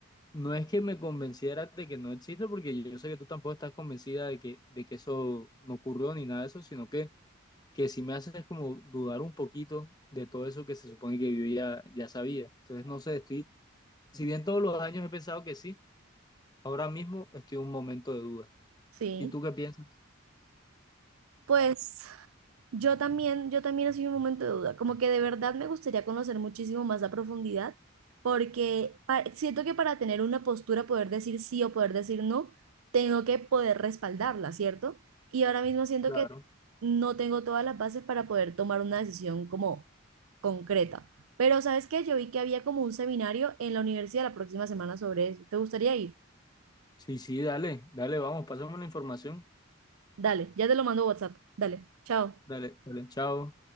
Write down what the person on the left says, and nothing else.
no es que me convencieras de que no existe, porque yo sé que tú tampoco estás convencida de que, de que eso no ocurrió ni nada de eso, sino que, que sí me haces como dudar un poquito de todo eso que se supone que yo ya, ya sabía. Entonces, no sé, estoy, si bien todos los años he pensado que sí, ahora mismo estoy en un momento de duda.
¿Y tú qué piensas?
Claro.
Sí, sí, dale, dale, vamos, pásame la información.
Dale, dale, chao.